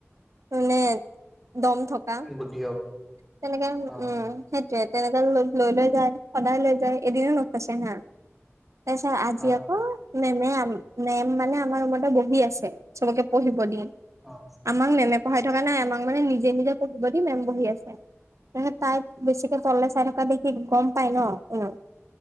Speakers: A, on the right; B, in the centre.
A: মানে দম থকা
B: বুদ্ধি হওক
A: তেনেকে উহ
B: অ
A: উম উ উ। সেইটোৱে তেনেকে লৈ লৈ যায় সদায় লৈ যায় এদিনো নফছে হা। তাৰপিছে আজি
B: অ
A: আকৌ মেমে আম মেম মানে আমাৰ ৰুমতে বহি আছে চবকে পঢ়িব দি।
B: অ অ।
A: আমাক মেমে পঢ়াই থকা নাই আমাক মানে নিজে নিজে পঢ়িব দি মেম বহি আছে। এহে তাই বেছিকে তললে চাই থকা দেখি গম পায় ন, এই ৰ'।